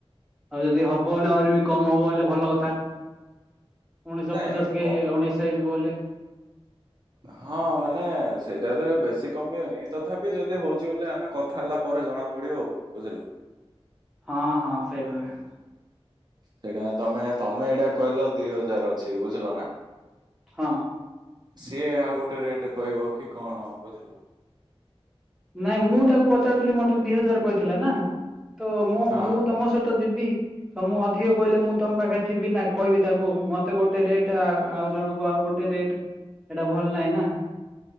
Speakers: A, in the centre; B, on the right.
A: ଆଉ ଯଦି ହବ ହେଲେ ଆହୁରି ବି କମ୍ ହବ ହେଲେ ଭଲ କଥା ଉଣେଇଶହ
B: ନାଇଁ
A: ପଚାଶ କି
B: କ
A: ଉଣେଇଶହ ହେଇଯିବ ହେଲେ
B: ହ ହଁ ମାନେ ସେଇଟା ତ ବେଶୀ କମିବନି ତଥାପି ଯଦି ହଉଛି ବ ଆମେ କଥା ହେଲା ପରେ ଜଣା ପଡ଼ିବ ଆଉ ବୁଝ୍ଲ
A: ହଁ ହଁ ସେଇଟା ଏକା
B: ସେଇଟା ତମେ ତମେ ଏଇଟା କହିଲ ଦି ହଜାର ଅଛି ବୁଝ୍ଲ ନା
A: ହଁ
B: ସିଏ ଆଉ ଗୋଟେ ରେଟ କହିବ କି କଣ ବୁଝ୍କ
A: ନାଇଁ ମୁଁ ତାକୁ ପଚାରୁଥିଲି ମତେ ଦି ହଜାର କହିଥିଲା ନା ତ ମୁ
B: ହଁ
A: ମୁଁ
B: ହଁ
A: ତମ ସହିତ ଯିବି ତ ମୁଁ ଅଧିକ କହିଲେ ମୁଁ ତମ ପାଖେ ଥିବି ନା କହିବି ତାକୁ ମତେ ଗୋଟେ ରେଟ୍ ଆଉ ଜଣକ ଆଉ ଗୋଟେ ଗୋଟେ ରେଟ୍ ଏଟା ଭଲ୍ ନାହିଁ ନା